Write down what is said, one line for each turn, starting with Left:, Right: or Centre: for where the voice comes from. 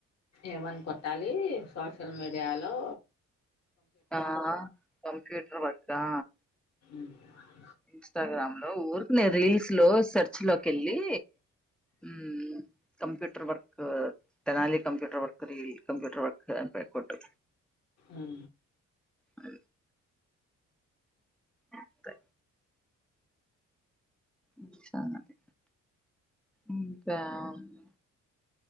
Left: ఏవన్ కట్టాలీ సో సోషల్ మీడియాలొ
Centre: ఆ కంప్యూటర్ వర్క్ దా
Left: ఇ
Centre: ఇన్స్టాగ్రామ్ లో ఊరుకినే రీల్స్ లో సర్చ్ లో కెళ్లి ఉమ్ కంప్యూటర్ వర్క్ కు తెనాలి కంప్యూటర్ వర్క్ రీ కంప్యూటర్ వర్క్ అని పె కొట్టు
Left: ఉఊ
Centre: అ అంతే ఇంకా అండి ఇంకేముంది